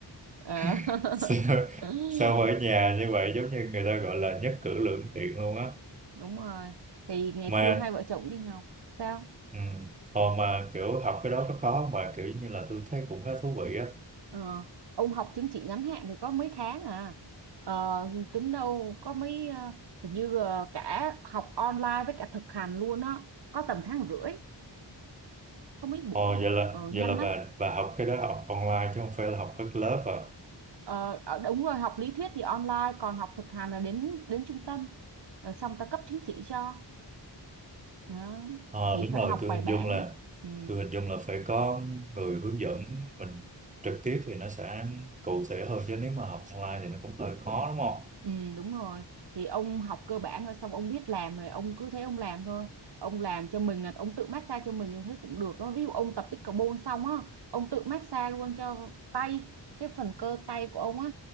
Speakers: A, on the right; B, on the right.
A: ờ.
B: <laughs> sao,
A: <laughs>
B: sao ở nhà như vậy giống như người ta gọi là nhất cử lưỡng tiện luôn á
A: đúng rồi thì ngày
B: mà
A: xưa hai vợ chồng đi học sao
B: ừ. hồi mà kiểu học cái đó có khó không bà kiểu như là tôi thấy cũng khá thú vị á
A: Ờ, ông học chứng chỉ ngắn hạn thì có mấy tháng à ờ, tính đâu có mấy ờ, hình như ờ, cả học online với cả thực hành luôn á có tầm tháng rưỡi có mấy buổi
B: ồ
A: à
B: vậy là
A: ờ,
B: vậy
A: nhanh
B: là
A: lắm
B: bà bà học cái đó học online chứ không phải là học hết lớp à
A: ờ, ờ, đúng rồi học lý thuyết thì online còn học thực hành là đến đến trung tâm rồi xong ta cấp chứng chỉ cho Đó.
B: ờ
A: thì
B: đúng
A: phải
B: rồi
A: học
B: tôi
A: bài
B: hình
A: bản
B: dung là
A: ừ.
B: tôi hình dung là phải có người hướng dẫn mình trực tiếp thì nó sẽ cụ thể hơn chứ nếu mà học online thì nó cũng hơi khó đúng không
A: Ừ đúng rồi thì ông học cơ bản rồi xong ông biết làm rồi ông cứ thế ông làm thôi ông làm cho mình là ông tự massage cho mình thấy cũng được đó ví dụ ông tập pickleball xong á ông tự massage luôn cho tay cái phần cơ tay của ông á